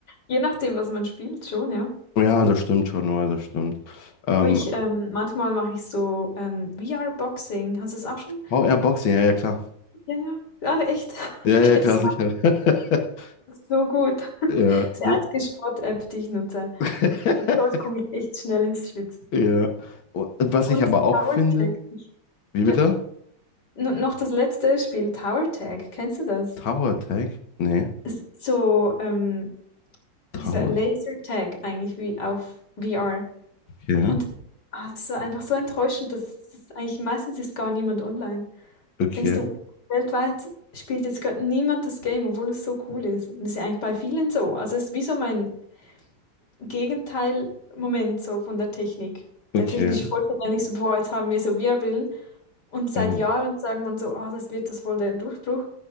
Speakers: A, on the left (about 55°); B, on the left (about 90°).
A: Je nachdem, was man spielt, schon, ja.
B: Ja, das stimmt schon, ja, das stimmt. Ähm,
A: Aber ich, ähm, manchmal mache ich so ähm, VR-Boxing. Hast du es auch schon?
B: VR-Boxing, ja, ja, klar.
A: Ja, ja. Ah, echt? <laughs>
B: Ja, ja,
A: Kennst
B: klar, sicher. <laughs>
A: So gut. <laughs>
B: Ja,
A: Das
B: das-
A: ist die einzige <laughs> Sport-App, die ich nutze.
B: <laughs>
A: Und dort komme ich echt schnell ins Schwitzen.
B: Ja. Und Was
A: Und
B: ich aber auch
A: Tower
B: finde,
A: Tag.
B: Wie
A: Ja,
B: bitte?
A: N noch das letzte Spiel, Tower Tag. Kennst du das?
B: Tower Attack? Nee.
A: Es ist so, ähm,
B: Tower.
A: wie sagt, Laser Tag eigentlich, wie auf VR.
B: Okay.
A: Und ah, es ist so einfach so enttäuschend, dass dass eigentlich meistens ist gar niemand online.
B: Okay.
A: Denkst du, weltweit spielt jetzt gerade niemand das Game, obwohl es so cool ist? Und das ist ja eigentlich bei vielen so. Also es ist wie so mein Gegenteil-Moment so von der Technik.
B: Okay.
A: Der technische Fortschritt ist eigentlich so, boah, jetzt haben wir so VR-Brillen. Und seit
B: Mhm.
A: Jahren sagt man so, ah, das wird das wohl der Durchbruch.